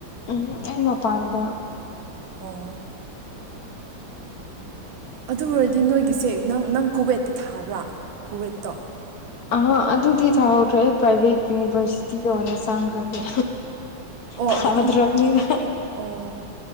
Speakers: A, on the left; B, on the right.
A: ꯎꯝ ꯑ ꯃꯄꯥꯟꯝꯗ
B: ꯀꯣꯡ ꯑꯗꯨ ꯑꯣꯏꯔꯗꯤ ꯅꯣꯏꯒꯤꯁꯦ ꯅꯪ ꯅꯪ ꯀꯨꯋꯦꯠꯇꯤ ꯊꯥꯕ꯭ꯔꯥ ꯀꯨꯋꯦꯠꯇꯣ
A: ꯑ ꯑꯗꯨꯗꯤ ꯊꯥꯍꯧꯗ꯭ꯔꯦ ꯄ꯭ꯔꯥꯏꯚꯦꯠ ꯌꯨꯅꯤꯚꯔꯁꯤꯇꯤꯗ ꯑꯣꯏꯅ ꯆꯪꯈ꯭ꯔꯒꯦ
B: ꯑꯣ
A: ꯊꯥꯗ꯭ꯔꯕꯅꯤꯅ
B: ꯑꯗꯨ ꯑꯣ